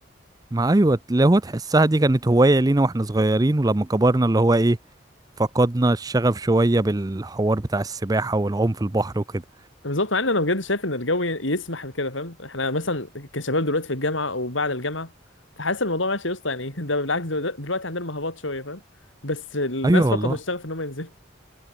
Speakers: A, on the right; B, on the left.
A: ما ايوه اللي هو تحسها دي كانت هوايه لينا واحنا صغيرين ولما كبرنا اللي هو ايه فقدنا الشغف شويه بالحوار بتاع السباحه والعوم في البحر وكده
B: بالظبط مع ان انا بجد شايف ان الجو ي- يسمح بكده فاهم احنا مثلا كشباب دلوقتي في الجامعه او بعد الجامعه فحاسس الموضوع ماشي يا اسطى يعني <laughs> ده بالعكس دلوقتي دلوقتي عندنا مهبط شويه فاهم بس الناس
A: ايوه
B: فقدوا
A: والله
B: الشغف ان هم ينزلوا